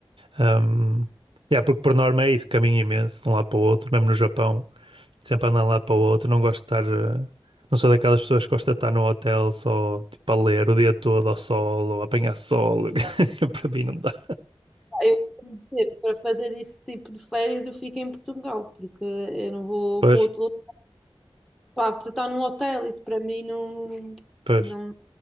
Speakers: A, on the right (about 60°); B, in the centre.
A: Um, yeah, porque por norma é isso, caminho imenso de um lado para o outro, mesmo no Japão, sempre andar de um lado para o outro, não gosto de estar, eh, não sou daquelas pessoas que gosta de estar no hotel só, tipo, a ler o dia todo ao sol ou a apanhar sol, <laughs> para mim não dá.
B: Eu, tenho de para fazer esse tipo de férias, eu fico em Portugal, porque eu não vou
A: Pois,
B: para outro lugar, para estar num hotel, isso para mim não,
A: pois.
B: não me